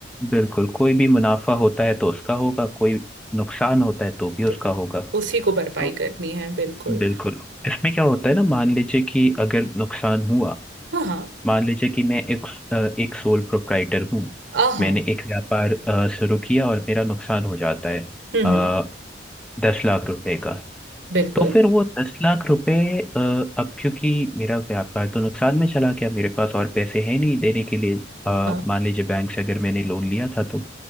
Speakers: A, in the centre; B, on the right.
A: बिल्कुल कोई भी मुनाफा होता है तो उसका होगा कोई नुकसान होता है तो भी उसका
B: तो
A: होगा
B: उसी को भरपाई
A: तो
B: करनी है बिल्कुल
A: बिल्कुल इसमें क्या होता है ना मान लीजिए कि अगर नुकसान हुआ
B: हाँ हाँ
A: मान लीजिए कि मैं एक अ, एक सोल प्रोप्राइटर हूँ
B: आहा
A: मैंने एक व्यापार अ, शुरू किया और मेरा नुकसान हो जाता है
B: हम्म
A: अ,
B: हम्म
A: दस लाख रुपए का
B: बिल्कुल
A: तो फिर वो दस लाख रुपए अ, अब क्योंकि मेरा व्यापार तो नुकसान में चला गया मेरे पास और पैसे हैं नहीं देने के लिए अ,
B: हाँ
A: मान लीजिए बैंक से अगर मैंने लोन लिया था तो